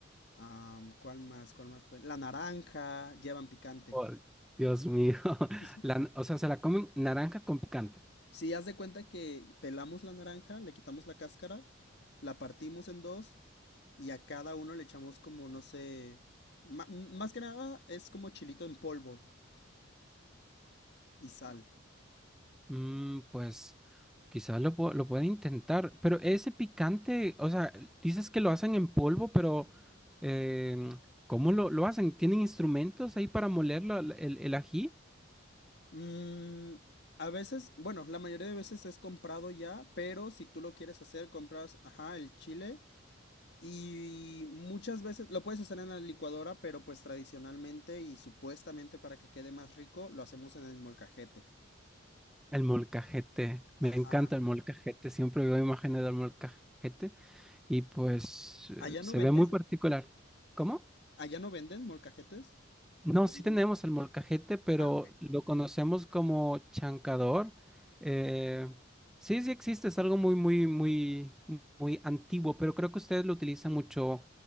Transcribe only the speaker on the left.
am, ¿cuál más? ¿Cuál más? puede- La naranja, llevan picante.
<laughs>
Si haz de cuenta que pelamos la naranja, le quitamos la cáscara, la partimos en dos y a cada uno le echamos como, no sé, ma- más que nada es como chilito en polvo y sal.
Mm, a veces, bueno, la mayoría de veces es comprado ya, pero si tú lo quieres hacer, compras, ajá, el chile y muchas veces lo puedes hacer en la licuadora, pero pues tradicionalmente y supuestamente para que quede más rico, lo hacemos en el molcajete.
Ajá.
¿Allá
no venden?
¿Allá no venden molcajetes?
¿Dónde
no?
Ah, ok.